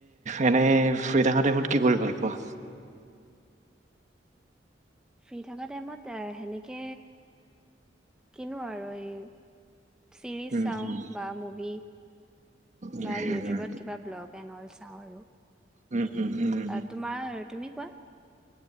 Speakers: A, on the right; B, in the centre.
A: এনেই ফ্ৰী থকা টাইমত কি কৰি ভাল পোৱা?
B: ফ্ৰী থকা টাইমত সেনেকে কিনো আৰু এই চিৰিজ
A: উম
B: চাওঁ
A: হুম
B: বা মুভি।
A: উম
B: বা
A: হুম
B: ইউটিউবত
A: হুম
B: কিবা ব্লগ এনল চাওঁ আৰু।
A: উম
B: <inaudible>
A: হুম হুম হুম হুম।
B: তোমাৰ তুমি কোৱা?